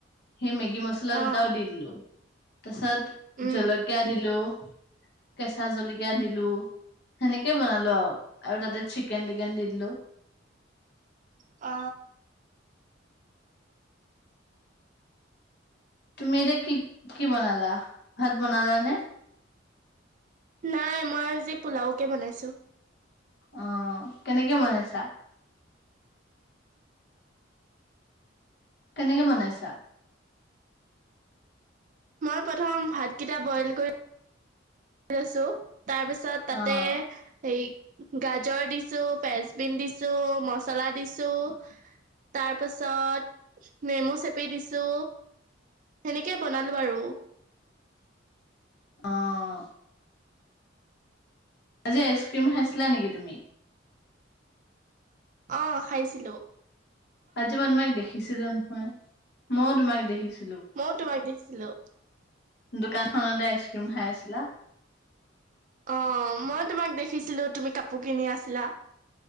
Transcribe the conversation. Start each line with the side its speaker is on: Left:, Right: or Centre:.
Left: সেই মেগী মছলা দুটাও
Right: অ'
Left: দি দিলো। তাৰপিছত
Right: উম,
Left: জলকীয়া দিলো। কেঁচা জলকীয়া দিলো সেনেকে বনালো আৰু আৰু তাতে চিকেন টিকেন দি দিলো।
Right: অ
Left: তুমি এতিয়া কি কি বনালা ভাত বনালানে।
Right: নাই মই আজি পোলাওকে বনাইছো।
Left: আহ কেনেকে বনাইছা। কেনেকে বনাইছা
Right: মই প্ৰথম ভাতকেইটা বইল কৰি কৰিছো। তাৰপিছত তাতে
Left: অ
Right: হেৰি গাজৰ দিছো ফেচবিন দিছো মচলা দিছো তাৰ পাছত নেমু চেপি দিছো সেনেকেই বনালো বাৰু।
Left: অহঁ আজি আইচক্ৰীম খাইছিলা নেকি তুমি।
Right: অ খাইছিলো
Left: আজি মানু মাক দেখিছিলো নহয়। মইও তোমাক দেখিছো।
Right: মই তোমাক দিখি ছিলো
Left: দোকানখনতে আইচক্ৰীম খাই আছিলা।
Right: অ মই তোমাক দেখিছিলো তুমি কাপোৰ কিনি আছিলা।